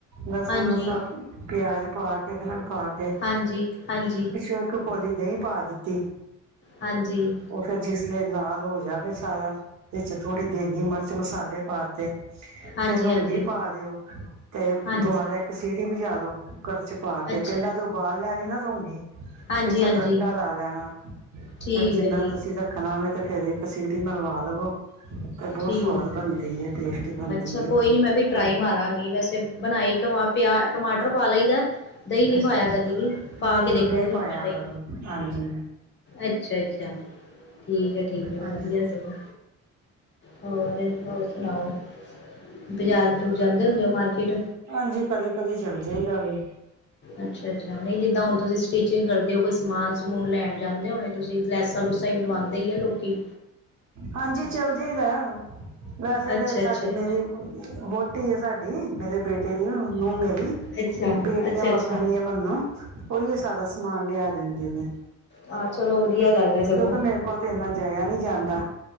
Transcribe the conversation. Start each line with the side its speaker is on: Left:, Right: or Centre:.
Right: ਲਸਣ,
Left: ਹਾਂਜੀ
Right: ਲੁਸਾਂ, ਪਿਆਜ ਪਾਕੇ, ਅਦਰਕ ਪਾਕੇ
Left: ਹਾਂਜੀ ਹਾਂਜੀ
Right: ਇੱਕ ਕੌਲੀ ਦਹੀਂ ਪਾ ਦਿੱਤੀ,
Left: ਹਾਂਜੀ
Right: ਓ ਫਿਰ ਚੀਜਲੇਸ ਲਾਲ ਹੋ ਗਿਆ ਤੇ ਸਾਰਾ, ਵਿੱਚ ਥੋੜੀ ਦੇਗੀ ਮਰਚ, ਮਸਾਲੇ ਪਾਤੇ
Left: ਹਾਂਜੀ
Right: ਫੇਰ ਰੋਂਗੀ
Left: ਹਾਂਜੀ
Right: ਪਾ ਦਿਓ, ਤੇ
Left: ਹਾਂਜੀ
Right: ਦੁਬਾਰਾ ਇੱਕ ਸੀਟੀ ਵਜਾ ਦੋ। ਕੁੱਕਰ'ਚ ਪਾਕੇ
Left: ਅੱਛਾ
Right: ਪਹਿਲਾਂ ਤੇ ਉਬਾਲ ਲੈਣੀ ਨਾ ਰੋਂਗੀ। ਫਿਰ,
Left: ਹਾਂਜੀ
Right: ਛਿਲਕਾ-ਛੁਲਟਾ
Left: ਹਾਂਜੀ
Right: ਲਾ ਲੈਣਾ,
Left: ਠੀਕ
Right: ਫਿਰ ਜਿੰਨਾ
Left: ਹੈ ਠੀਕ
Right: ਤੁਸੀ
Left: ਹੈ
Right: ਰੱਖਣਾ ਵੇ ਤੇ, ਫਿਰ ਇੱਕ ਸੀਟੀ ਮਰਵਾ ਲਵੋ ਤੇ ਬਹੁਤ
Left: ਠੀਕ,
Right: ਸਵਾਦ ਬਣਦੀ ਹੈ ਟੇਸਟੀ ਬਣਦੀ
Left: ਅੱਛਾ
Right: ਹੈ
Left: ਕੋਈ ਨੀ ਮੈਂ ਵੀ ਟਰਾਈ
Right: ਹਾਂ
Left: ਮਾਰਾਂਗੀ ਵੈਸੇ ਬਣਾਈ ਟਮਾ ਪਿਆ ਟਮਾਟਰ ਪਾ ਲੀ। ਦਈ ਨਹੀਂ
Right: ਅੱਛਾ
Left: ਪਾਇਆ
Right: ਅੱਛਾ
Left: ਕਦੀ ਵੀ ਪਾ
Right: ਨਹੀਂ
Left: ਕੇ
Right: ਨਹੀਂ
Left: ਦੇਖੋਗੀ
Right: ਦਹੀਂ
Left: ਹੁਣ
Right: ਪਾਇਆ
Left: ਮੈਂ ਦਈ।
Right: ਕਰੋ ਹਾਂਜੀ
Left: ਅੱਛਾ ਅੱਛਾ, ਠੀਕ ਆ ਠੀਕ ਆ
Right: ਹਾਂ
Left: ਵਧੀਆ ਸਗੋਂ। ਹੋਰ ਹੋਰ ਸੁਣਾਓ ਬਜ਼ਾਰ ਬਜ਼ੂਰ ਜਾਂਦੇ ਹੁੰਦੇ ਓ ਮਾਰਕਿਟ।
Right: ਹਾਂਜੀ, ਕਦੇ ਕਦੇ ਚੱਲ ਜਾਈਦਾ ਵੇ।
Left: ਅੱਛਾ ਅੱਛਾ, ਨਹੀਂ ਜਿੱਦਾਂ ਹੁਣ ਤੁਸੀਂ ਸਟੀਚਿੰਗ ਕਰ ਜਦੋਂ ਕੋਈ ਸਮਾਨ ਸਮੂਨ ਲੈਣ ਜਾਂਦੇ ਹੋਣੇ ਤੁਸੀਂ ਲੈਸਾਂ ਲੁਸਾਂ ਟਾਈਮ ਲਵਾਂਦੇ ਹੀ ਆ ਲੋਕੀ।
Right: ਹਾਂਜੀ ਚੱਲ ਜਾਈਦਾ। ਵੈਸੇ
Left: ਅੱਛਾ
Right: ਤੇ ਸਾਡੀ
Left: ਅੱਛਾ
Right: ਮੇਰੀ ਵਹੁਟੀ ਆ ਸਾਡੀ ਮੇਰੇ ਬੇ <unintelligible>
Left: ਅੱਛਾ
Right: ਬੇਟੀਆਂ
Left: ਅੱਛਾ ਅੱਛਾ
Right: <unintelligible> ਮੈਨੂੰ ਓਹਿਓ ਸਾਰਾ ਸਮਾਨ ਲਿਆ ਦਿੰਦੀਆਂ ਨੇ।
Left: ਹਾਂ, ਚਲੋ ਵਧੀਆ ਗੱਲ ਹੈ ਸਗੋਂ
Right: ਕਿਉਂਕਿ ਮੇਰੇ ਕੋਲ ਰਿਹਾ ਨਹੀਂ ਜਾਂਦਾ।